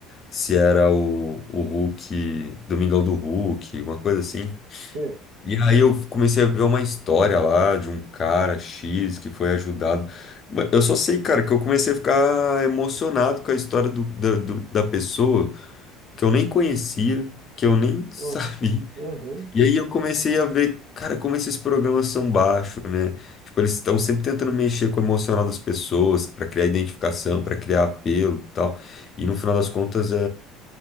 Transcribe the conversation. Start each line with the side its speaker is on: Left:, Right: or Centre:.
Left: se era o, o Hulk, Domingão do Hulk, uma coisa assim.
Right: Certo,
Left: E aí eu comecei a ver uma história lá de um cara X que foi ajudado. Ma- Eu só sei, cara, que eu comecei a ficar emocionado com a história do- da, do- da pessoa que eu nem conhecia, que eu nem <laughs>
Right: nossa,
Left: sabia.
Right: aham.
Left: E aí eu comecei a ver, cara, como esses programas são baixos, né? Tipo, eles estão sempre tentando mexer com o emocional das pessoas para criar identificação, para criar apelo e tal. E no final das contas é,